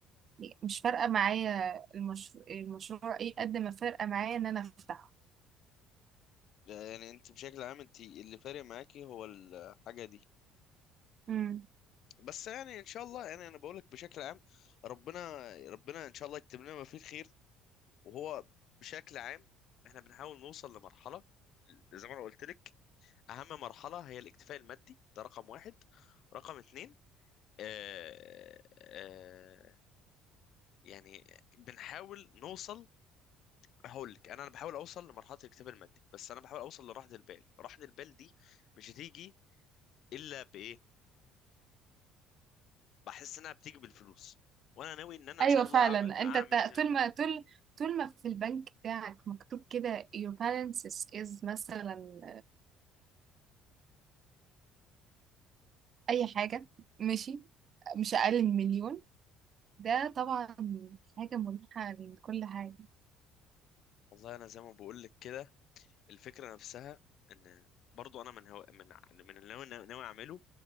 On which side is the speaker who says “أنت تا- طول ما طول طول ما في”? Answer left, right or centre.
Right